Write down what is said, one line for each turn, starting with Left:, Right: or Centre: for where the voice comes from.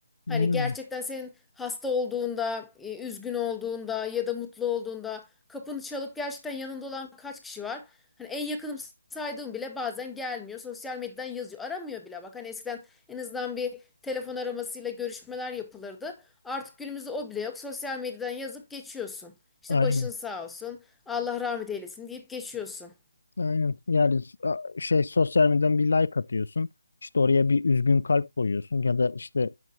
Left: Yani,
Centre: Hani gerçekten senin hasta olduğunda, e, üzgün olduğunda ya da mutlu olduğunda kapını çalıp gerçekten yanında olan kaç kişi var? Hani en yakınım saydığım bile bazen gelmiyor. Sosyal medyadan yazıyor. Aramıyor bile. Bak hani eskiden en azından bir telefon aramasıyla görüşmeler yapılırdı. Artık günümüzde o bile yok. Sosyal medyadan yazıp geçiyorsun. İşte
Left: Aynen.
Centre: başın sağ olsun. Allah rahmet eylesin deyip geçiyorsun. <laughs>
Left: Aynen. Yani s- a- şey sosyal medyadan bir like atıyorsun. İşte oraya bir üzgün kalp koyuyorsun ya da işte